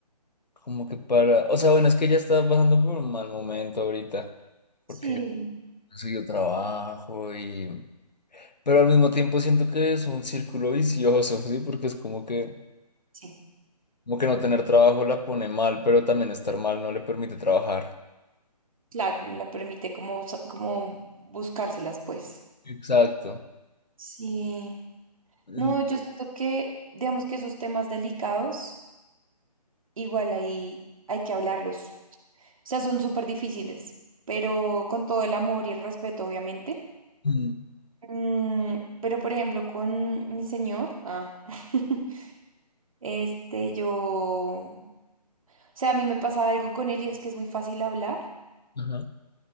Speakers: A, on the left (about 85°); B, on the right (about 55°).
A: como que para. O sea, bueno, es que ella está pasando por un mal momento ahorita.
B: Sí,
A: Porque consiguió trabajo y. Pero al mismo tiempo siento que es un círculo vicioso, ¿sí? Porque es como que.
B: Sí,
A: Como que no tener trabajo la pone mal, pero también estar mal no le permite trabajar.
B: claro, no la permite como, sa- como buscárselas, pues.
A: Exacto.
B: Sí.
A: En-
B: No, yo siento que, digamos que esos temas delicados, igual ahí hay que hablarlos. O sea, son súper difíciles, pero con todo el amor y el respeto, obviamente.
A: ujú,
B: Mm, pero, por ejemplo, con mi señor, ah. <laughs> Este, yo, o sea, a mí me pasa algo con él y es que es muy fácil hablar.
A: Ajá.